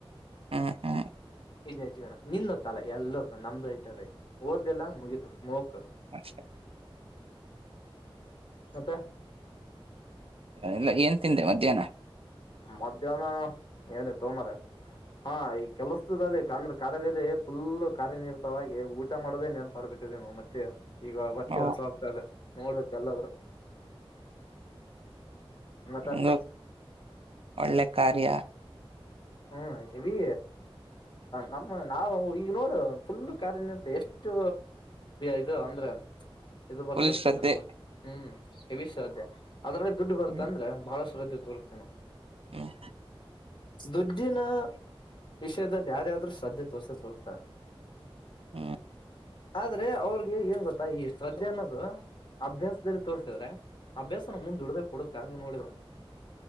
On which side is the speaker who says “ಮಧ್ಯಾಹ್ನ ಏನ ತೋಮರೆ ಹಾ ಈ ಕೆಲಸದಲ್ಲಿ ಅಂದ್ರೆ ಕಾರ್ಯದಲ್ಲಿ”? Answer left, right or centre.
Left